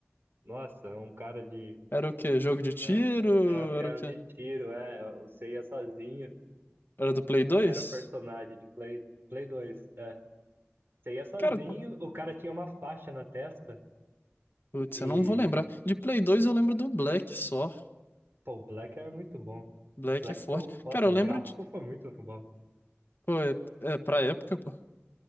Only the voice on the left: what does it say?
Era o quê? Jogo de tiro?
Era o quê?
Era do Play dois
Cara.
Putz,
eu não vou lembrar. De Play 2 eu lembro do Black só.
Black
é forte.
Cara, eu
lembro
de.
Pô, é, é pra época, pô.